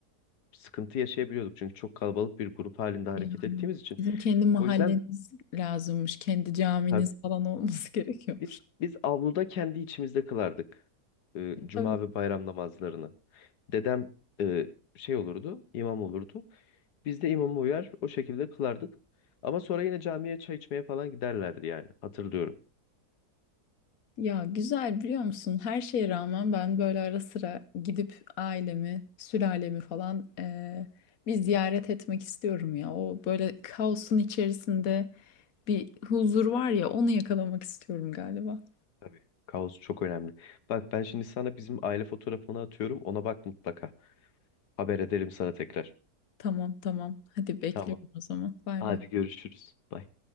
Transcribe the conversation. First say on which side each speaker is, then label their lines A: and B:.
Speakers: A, on the left (about 85°); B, on the left (about 65°).
A: sıkıntı yaşayabiliyorduk. Çünkü çok kalabalık bir grup halinde hareket
B: ya
A: ettiğimiz için.
B: bizim kendi mahalleniz
A: O yüzden
B: lazımmış kendi caminiz
A: tabii
B: falan olması <laughs> gerekiyor.
A: biz biz avluda kendi içimizde kılardık e, cuma
B: Tabii
A: ve bayram namazlarını. Dedem e, şey olurdu, imam olurdu. Biz de imama uyar o şekilde kılardık. Ama sonra yine camiye çay içmeye falan giderlerdi yani hatırlıyorum.
B: Ya güzel biliyor musun? Her şeye rağmen ben böyle ara sıra gidip ailemi, sülalemi falan eee, bir ziyaret etmek istiyorum ya. O böyle kaosun içerisinde bir huzur var ya onu yakalamak istiyorum galiba.
A: Tabii. Kaos çok önemli. Bak ben şimdi sana bizim aile fotoğrafını atıyorum. Ona bak mutlaka. Haber ederim sana tekrar.
B: Tamam tamam. Hadi bekliyorum
A: Tamam.
B: o zaman. Bay
A: Hadi
B: bay.
A: görüşürüz. Bye.